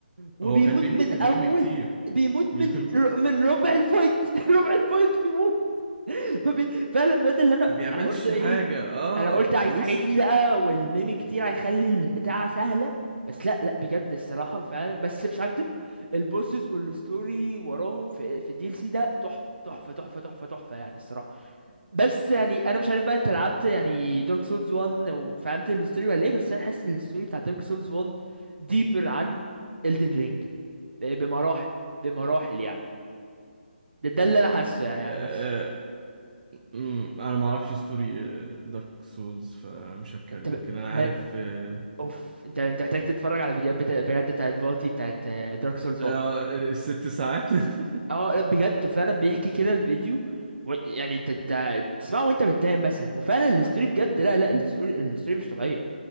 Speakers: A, on the right; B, on the right.
A: وبيموت
B: هو كان بيموت
A: من
B: الميمي
A: اول
B: كتير
A: بيموت
B: كان
A: من
B: بيموت
A: ر- من ربع الفايت <laughs> ربع الفايت بيموت فبي... فعلا بجد اللي انا
B: ما بيعملش
A: انا قلت ايه
B: حاجة اه
A: انا قلت هيساعدني
B: ويست
A: بقى والميم كتير هيخلي البتاع سهله بس لا لا بجد الصراحه فعلا بس مش هكدب البوسز والستوري وراهم في في الدي ال سي ده تحفه تحفه تحفه تحفه تحفه يعني الصراحه بس يعني انا مش عارف بقى انت لعبت يعني دارك سولز 1 وفهمت الستوري ولا ايه بس انا حاسس ان الستوري بتاع دارك سولز 1 ديبر عن Elden Ring ب- بمراحل بمراحل يعني ده ده اللي انا حاسه يعني
B: آه
A: عن نفسي
B: أمم، انا ما اعرفش ستوري دارك سولز فمش هتكلم
A: انت ب...
B: لكن انا
A: ما...
B: عارف آه
A: اوف انت انت محتاج تتفرج
B: آه
A: على فيديوهات بتا... بجد بتاعت فاتي بتاعت دارك سولز
B: آه،
A: 1
B: الست ساعات <laughs>
A: اه لا، بجد فعلا بيحكي كده الفيديو و... يعني انت انت تسمعه وانت بتنام مثلا وفعلا الستوري بجد لا لا الستوري الستوري مش طبيعيه